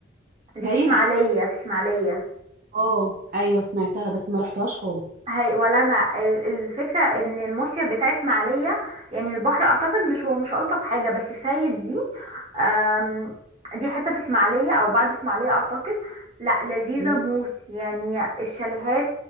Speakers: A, on the right; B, on the right.
A: دي
B: كايد
A: في اسماعيلية في اسماعيلية
B: اه ايوه سمعتها بس ما رحتهاش خالص
A: هي ولا انا ال- الفكره ان المصيف بتاع اسماعيليه يعني البحر اعتقد مش هو مش الطف حاجه بس فايد دي آم، دي حته في اسماعيليه او بعد اسماعيليه اعتقد لا لذيذه
B: مم.
A: موت يعني الشاليهات